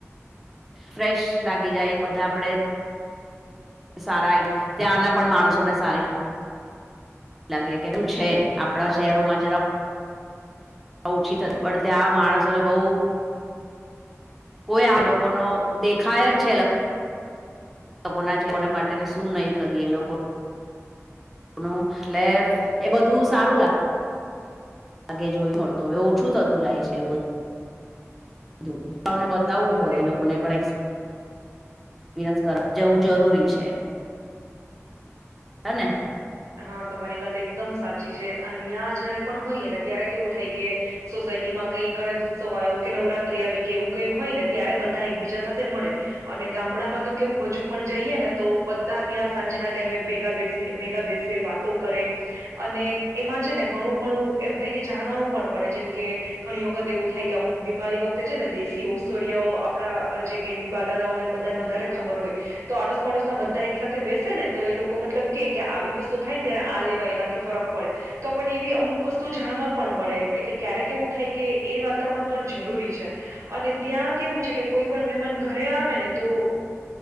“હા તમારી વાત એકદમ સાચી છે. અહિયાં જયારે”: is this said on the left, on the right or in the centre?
Right